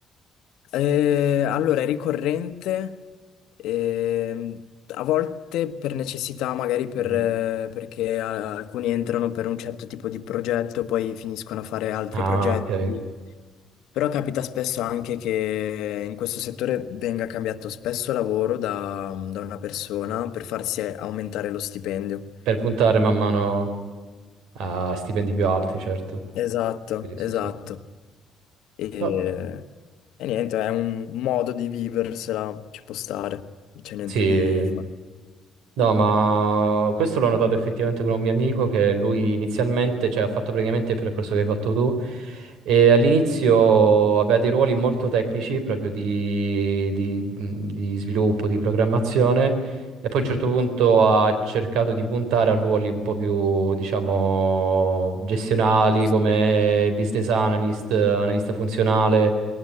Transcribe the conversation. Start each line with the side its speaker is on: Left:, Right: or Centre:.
Left: eh, allora è ricorrente, ehm, a volte per necessità, magari per,
Right: Mm.
Left: eh, perché eh, alcuni entrano per un certo tipo di progetto, poi finiscono a fare altri
Right: Ah,
Left: progetti.
Right: ok.
Left: Però capita spesso anche che in questo settore venga cambiato spesso lavoro da, da una persona per farsi aumentare lo stipendio.
Right: Per puntare man mano a stipendi più alti, certo.
Left: Esatto,
Right: Sì, sì,
Left: esatto.
Right: sì.
Left: E,
Right: No,
Left: e niente, è un modo di viversela, ci può stare, non c'è niente
Right: sì,
Left: di, di male.
Right: No, ma questo l'ho notato effettivamente con un mio amico che lui inizialmente, cioè, ha fatto praticamente il percorso che hai fatto tu e all'inizio aveva dei ruoli molto tecnici proprio di, di- di sviluppo, di programmazione e poi
Left: Mhm.
Right: a un certo punto ha cercato di puntare a ruoli un po' più, diciamo, gestionali
Left: Just-
Right: come business analyst, analista funzionale.